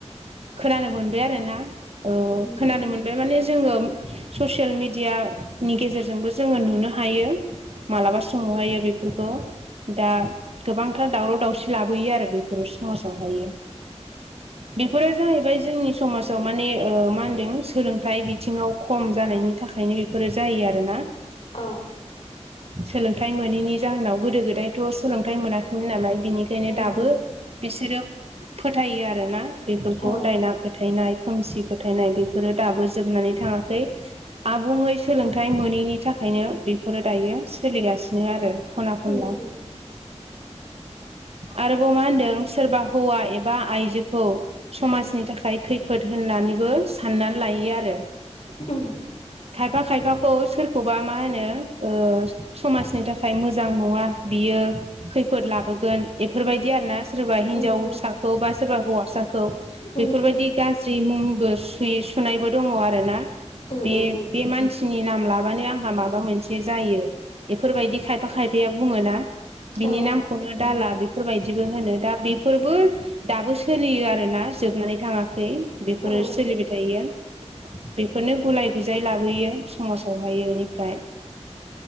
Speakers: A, on the right; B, on the left.
A: खोनानो मोनबाय आरोना। ओ
B: उम
A: खोनानो मोनबाय माने जोङो ससियेल मिडियानि गेजेरजोंबो जोङो नुनो हायो मालाबा समावहायो बेफोरखौ। दा गोबांथार दावराव दावसि लाबोयो आरो बेफोर समाजावहायो। बेफोरो जाहैबाय जोंनि समाजाव माने ओ मा होनदों? सोलोंथाइ बिथिङाव खम जानायनि थाखायनो बेफोरो जायो आरोना।
B: औ
A: सोलोंथाइ मोनैनि जाहोनाव गोदो गोदायथ' सोलोंथाइ मोनाखैमोन नालाय बेनिखायनो
B: उम
A: दाबो
B: उम
A: बिसोरो फोथायो आरोना बेफोरखौ
B: औ
A: दायना फोथायनाय खोमसि फोथायनाय। बेफोरो दाबो जोबनानै थाङाखै आबुङै सोलोंथाइ मोनैनि थाखायनो बेफोरो दा दायो सोलिगासिनो आरो खना खनला।
B: उम उम
A: आरोबाव मा होनदों सोरबा हौवा एबा आइजोखौ समाजनि थाखाय खैफोद होननानैबो साननानै लायो आरो था
B: उम
A: खायफा खायफाखौ सोरखौबा मा होनो ओ समाजनि थाखाय मोजां नङा बियो खैफोद लाबोगोन बेफोरबायदि आरोना सोरबा हिनजावसाखौ
B: उम
A: बा सोरबा हौवासाखौ
B: उम
A: बेफोरबायदि गाज्रि मुंबो सु-सुनायबो दङ आरो ना।
B: उम
A: बे
B: उम उम
A: बे मानसिनि नाम लाबानो आंहा माबा मोनसे जायो बेफोरबायदि खायफा खायफाया बुङोना। बिनि
B: औ
A: नामखौनो हाला बेफोरबायदिबो होनो दा बेफोरबो दाबो सोलियो आरोना जोबनानै थाङाखै। बेफोरो
B: औ
A: सोलिबाय थायो बेफोरनो गुलाय गुजाय लाबोयो समाजावहाय बेनिफ्राय